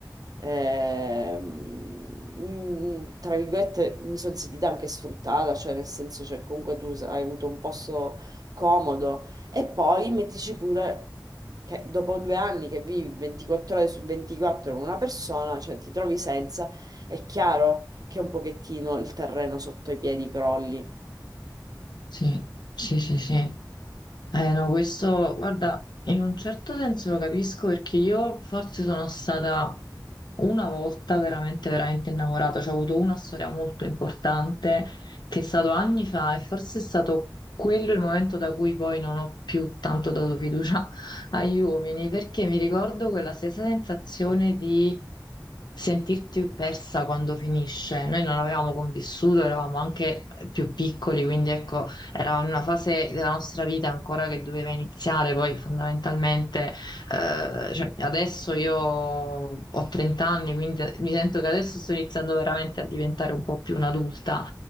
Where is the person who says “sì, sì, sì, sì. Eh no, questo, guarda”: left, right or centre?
Left